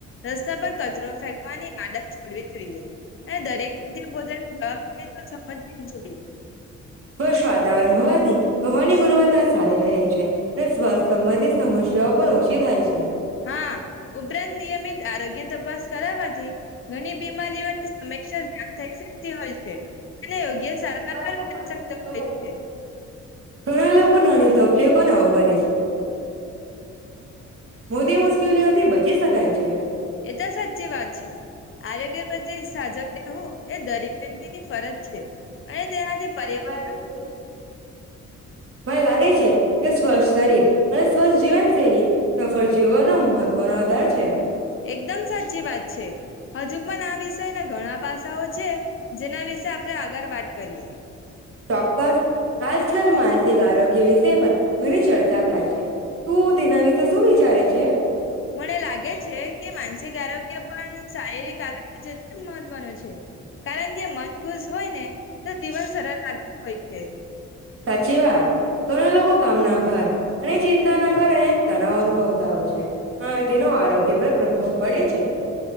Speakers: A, on the left (about 45°); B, on the right (about 45°).
A: રસ્તા પર કચરો ફેંકવાની આડત છોડવી જોઈએ અને દરેકે જે પોતાની સમજ જોઈએ
B: વષ વાતાવરણ હોવાથી હોવાની ગુણવત્તા સારી રહે છે અને શ્વાસ સંબંધિત સમસ્યાઓ પણ ઓછી થાય છે.
A: હા ઉપરાંત નિયમિત આરોગ્ય તપાસ કરવાથી ઘણી બીમારીઓની સમયસર જાણ થઈ શકતી હોય છે અને યોગ્ય સારવાર
B: પણ મળી શકતો
A: હોય છે
B: ઘણા લોકો તકલી કોને હો ગણેશ મોટી મુશ્કેલીઓથી બચી શકાય છે.
A: એ તો સાચી વાત છે આરોગ્ય પ્રે સાજક રહેવું એ દરેક વ્યક્તિની ફરજ છે અને તેનાથી
B: પરિવારમાં
A: પરવાર
B: મને લાગે છે કે સ્પર્શ શરીર અને સ્વચ્છ જીવન શૈલી સફળ જીવનનો મહત્વનોો આધાર છે
A: એકદમ સાચી વાત છે હજુ પણ આવીશ ના ઘણા પાસાઓ છે જેના વિશે આપડે આગળ વાત કરીએ
B: ચોક્કસ આજ કલ માસે ગ વિશે પણ ઘણી ચર્ચા થાય છે તું તેના વિશે શું વિચારે છે
A: મને લાગે છે કે માનસિક આરોગ્ય પણ શારીરિક આરોગ્ય મહત્વનું છે કારણ કે મન ખુશ હોય ને તો જીવન સરળ લાગતું હોય છે.
B: સાચી વાત ઘણા લોકો કામના ભાર અને એ ચિંતા ના કરે ને તનાવ અનુભવતા હોય છે. હા તેનો આરોગ્ય પર પ્રભાવ પડે છે.